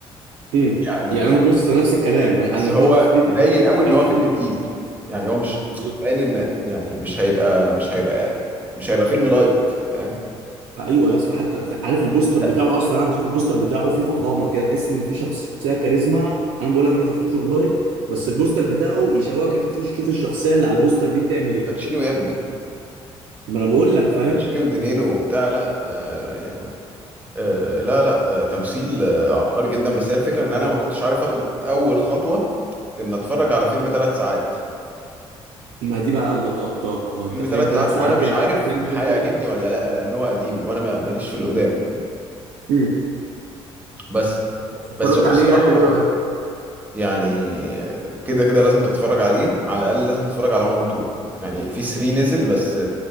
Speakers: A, on the right; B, on the right.
A: امم
B: يعني
A: يعني انا بص نفس الكلام انا
B: بس
A: انا دلوقتي
B: هو
A: في ليفل
B: باين
A: اللي هو ايه
B: قوي ان
A: عايز
B: هو
A: اشوف
B: فيلم تقيل يعني هو مش
A: بالظبط
B: باين ان يعني مش هيبقى مش هيبقى مش هيبقى فيلم لايت فاهم
A: ايوه يا اسطى حتى عارف البوستر
B: لا
A: بتاعه اصلا انا بشوف البوستر بتاعه فيه فخامه كده تحس ان في شخصيه كاريزما انا بقول لك انا ما شفتوش والله بس البوستر بتاعه يشوقك انت تخش تشوف الشخصيه اللي على البوستر دي بتعمل ايه
B: الباتشينو يا ابني
A: ما انا بقول لك فاهم
B: الباتشينو ودينينو وبتاع لا آه يعني آه لا لا آه تمثيل آه عبقري جدا بس هي الفكره ان انا ما كنتش عارف اخد اول خطوه في ان اتفرج على فيلم ثلاث ساعات
A: ما دي بقى اللقطه انت
B: فيلم
A: فاهم
B: ثلاث
A: ثلاث
B: ساعات
A: ساعات
B: وانا مش
A: دي انا
B: عارف
A: اخر فيلم شفته
B: هيعجبني ولا لا لان هو قديم وانا ما- ماليش في القدام
A: امم
B: بس
A: بس اتفرجت
B: بس هو
A: عليه
B: الصراحه
A: يعني وايه رايك
B: يعني كده كده لازم تتفرج عليه على الاقل لازم تتفرج على 1 و 2 يعني في 3 نزل بس